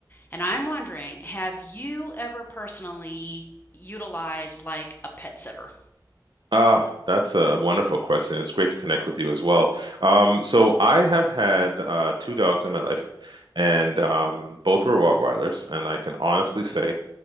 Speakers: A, on the left; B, on the right.
A: And I'm wondering, have you ever personally utilized like a pet sitter?
B: Ah, that's a wonderful question. It's great to connect with you as well. Um, so I have had uh, two dogs in my life, and um, both were Rottweilers, and I can honestly say